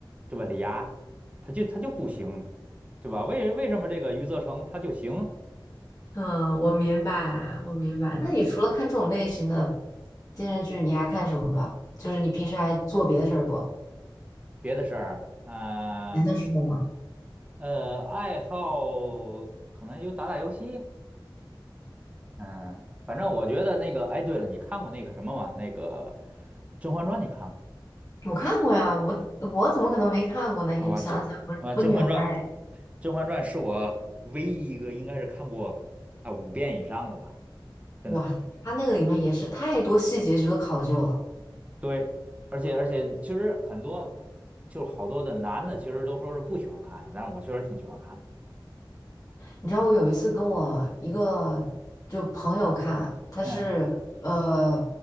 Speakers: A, on the right (about 15°); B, on the left (about 40°).
A: 对吧？李涯他就他就不行，对吧？为为什么这个余则成他就行？
B: 嗯，我明白，我明白。那你除了看这种类型的电视剧，你还看什么吧？就是你平时还做别的事儿不？
A: 别的事儿啊，
B: 闲的时候吗？
A: 呃，爱好可能就打打游戏，嗯，反正我觉得那个，哎，对了，你看过那个什么吗？那个《甄嬛传》，你看过
B: 我看过呀，我我怎么可能没看过呢？
A: 啊？
B: 你不想想，
A: 我甄啊，
B: 我我女孩儿哎，
A: 《甄嬛传》，《甄嬛传》是我唯一一个应该是看过啊五遍以上的吧，真的。
B: 哇，她那个里面也是太多细节值得考究了。
A: 对，而且而且，其实很多就是好多的男的，其实都说是不喜欢看的，但是我确实挺喜欢看的。
B: 你知道我有一次跟我一个就朋友看，他是呃
A: 嗯